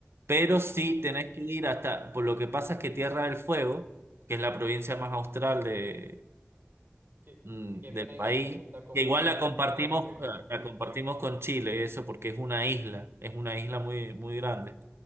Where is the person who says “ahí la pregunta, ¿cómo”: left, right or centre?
Right